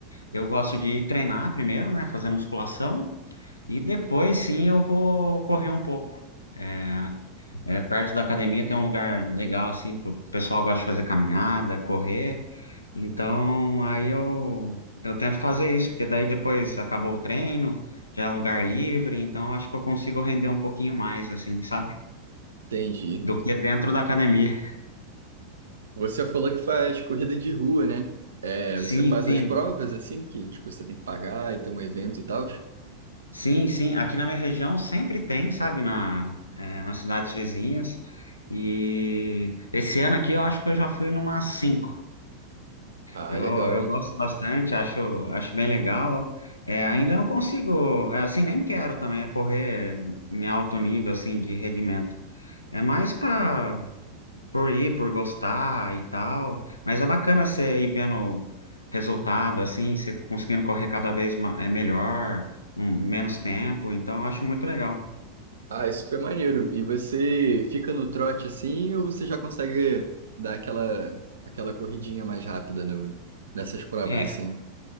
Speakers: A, on the left (about 80°); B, on the right (about 70°).
A: eu gosto de treinar primeiro, né, fazer musculação e depois sim eu vou correr um pouco. É, é, perto da academia tem um lugar legal assim, pro o pessoal gosta de fazer caminhada, correr. Então, aí eu, eu tento fazer isso, porque daí depois acabou o treino, já é um lugar livre, então acho que eu consigo render um pouquinho mais, assim, sabe?
B: Entendi.
A: Do que dentro da academia.
B: Você falou que faz corrida de rua, né? É, você
A: Sim,
B: faz
A: sim,
B: as provas assim, que tipo, você tem que pagar e tem um evento e tal?
A: sim, sim. Aqui na minha região sempre tem, sabe? Na, é, nas cidades vizinhas. E esse ano aqui eu acho que eu já fui numa cinco.
B: Ah,
A: Eu,
B: legal.
A: eu gosto bastante, acho, acho bem legal. É, ainda não consigo, é, assim, nem quero também é correr em alto nível, assim, de rendimento. É mais pra por ir, por gostar e tal. Mas é bacana você ir vendo resultado, assim, você conseguindo correr cada vez ma- é melhor, um- menos tempo. Então, eu acho muito legal.
B: Ah, é super maneiro. E você fica no trote assim ou você já consegue dar aquela, aquela corridinha mais rápida no, nessas provas
A: É,
B: assim?